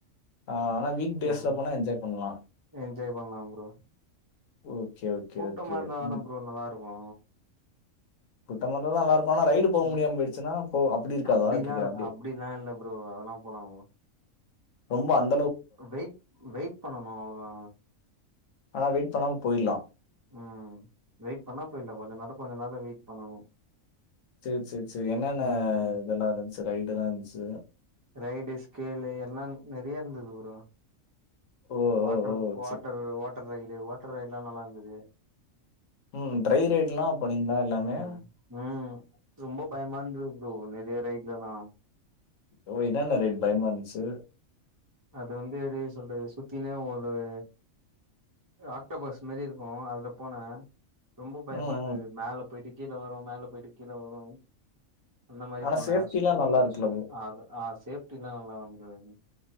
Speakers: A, on the left (about 70°); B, on the right (about 25°).
A: ஆ ஆனா வீக் டேஸ்ல
B: ம்
A: போனா என்ஜாய் பண்லா
B: என்ஜாய் பண்லா ப்ரோ
A: ஓகே ஓகே,
B: கூட்டமா
A: ஓகே.
B: இருந்தா தான
A: ம்.
B: ப்ரோ நல்லாருக்கு
A: கூட்டமாருந்தா தா நல்லாருக் போனா ரைடு போக
B: ம்
A: முடியாம போயிடுச்சுன்னா போ அப்டி இருக்காதா
B: அப்டிலா
A: கேக்குற அப்டி
B: அப்டிலா இல்ல ப்ரோ அதெல்லா போலா ப்ரோ.
A: ரொம்ப அன்
B: வெயிட் வெயிட் பண்ணனு அவ்ளோதா
A: ஆனா வெயிட் பண்ணாம போய்ட்லா
B: ம் வெயிட் பண்ணா போய்லா கொஞ்சோ நேர கொஞ்சோ நேர வெயிட் பண்ணணு
A: சேர் சேர் சேரி என்னன்ன
B: ம்
A: இதெல்லா இருந்ச்சு ரைடுல்லா இருந்ச்சு
B: ரைடு ஸ்கேலு எல்லா நெறயா இருந்துது ப்ரோ
A: ஓ!
B: வாட்டர்
A: ஓ! ஓ!
B: வாட்டரு
A: சரி.
B: வாட்டர் ரைடு வாட்டர் ரைடுல்லா நல்லா இருந்துது
A: ம் ட்ரை ரைடுலா போனீங்ளா எல்லாமே
B: ம் ம் ரொம்ப பயமா இருந்துது ப்ரோ நெறய ரைட்லல்லா
A: ஓ இதான ரைடு பயமாருந்ச்சு
B: அது வந்து எப்டி சொல்றது சுத்தினே ஒட்றது ஆக்டோபஸ் மாரி இருக்கு அதுல போன ரொம்ப பயமா
A: ம்,
B: இருந்தது
A: ம்.
B: மேல போய்ட்டு கீழ வரு மேல போய்ட்டு கீழ வரு அந்த மாரி
A: ஆனா
B: போன
A: சேஃப்டிலாம் நல்லா
B: ஒண்ணு
A: இருக்குல்ல
B: சு
A: ப்ரோ?
B: அது அ சேஃப்டில்லா நல்லாதா ப்ரோ இருந்